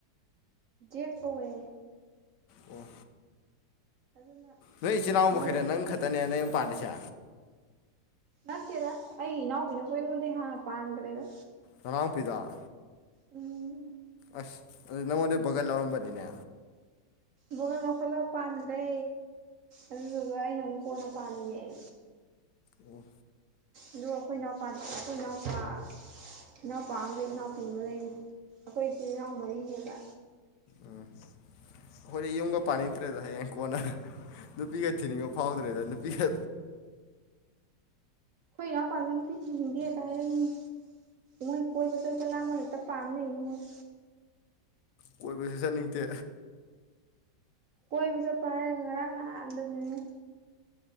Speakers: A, on the right; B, on the left.
A: ꯦꯛ ꯀꯧꯋꯦ
B: ꯑꯣ
A: ꯑꯗꯨꯅ
B: ꯅꯣꯏ ꯏꯆꯤꯜ ꯏꯅꯥꯎ
A: ꯃꯣꯏꯗꯤ
B: ꯃꯈꯩꯗ ꯅꯪ ꯈꯛꯇꯅꯦ ꯅꯪ ꯌꯨꯝ ꯄꯥꯂꯤꯁꯦ
A: ꯅꯠꯇꯦꯗ ꯑꯩ ꯏꯅꯥꯎꯕꯤꯅ ꯀꯣꯏꯉꯣꯟꯗꯦ ꯍꯥꯡꯉ ꯄꯥꯡꯗ꯭ꯔꯦꯗ
B: ꯅꯥꯄꯤꯤꯗ
A: ꯎꯝ
B: ꯑꯁ ꯑꯗꯨ ꯅꯉꯣꯟꯗꯩ ꯕꯣꯒꯜ ꯂꯧꯥꯎꯔꯝꯕꯅꯤꯅꯦ
A: ꯕꯣꯀ ꯂꯧꯈꯠꯂ ꯄꯥꯟꯈ꯭ꯔꯦ ꯑꯗꯨꯗꯨꯒ ꯑꯩꯅ ꯪ ꯀꯣꯅ ꯄꯥꯜꯂꯤꯅꯦꯦ
B: ꯎ
A: ꯑꯗꯨꯒ ꯑꯩꯈꯣꯏ ꯏꯅꯥꯎꯄꯥ ꯑꯩꯈꯣꯏ ꯏꯅꯥꯎꯄꯥ ꯏꯅꯥꯎꯄꯥ ꯑꯃꯒ ꯏꯅꯥꯎꯄꯤ ꯑꯃꯒ ꯂꯩ ꯑꯩꯈꯣꯏ ꯏꯆꯤꯜ ꯏꯅꯥꯎ ꯃꯔꯤꯅꯦꯕ
B: ꯎꯝ ꯑꯩꯈꯣꯏꯗꯤ ꯌꯨꯝꯒ ꯄꯥꯅꯤꯡꯇ꯭ꯔꯦꯗ ꯍꯌꯦꯡ ꯀꯣꯟꯅ ꯅꯨꯄꯤꯒ ꯊꯤꯅꯤꯡꯉꯣ ꯐꯥꯎꯗ꯭ꯔꯦꯗ ꯅꯨꯄꯤꯒ
A: ꯀꯣꯏꯅ ꯄꯥꯃꯤꯅ ꯄꯤꯊꯤ ꯀꯗꯤ ꯑꯦ ꯀꯔꯦꯅꯤ ꯃꯣꯏ ꯀꯣꯏꯕꯁꯔ ꯆꯂꯥ ꯍꯦꯛꯇ ꯄꯝ ꯅ ꯃꯣꯏ
B: ꯑꯣꯏꯕꯁꯨ ꯆꯠꯅꯤꯡꯗꯦ
A: ꯀꯣꯏꯕ ꯆꯠꯄ ꯍꯥꯏꯔꯒ ꯉꯔꯥꯡ ꯅꯍꯥꯟꯗꯗꯨꯅꯦ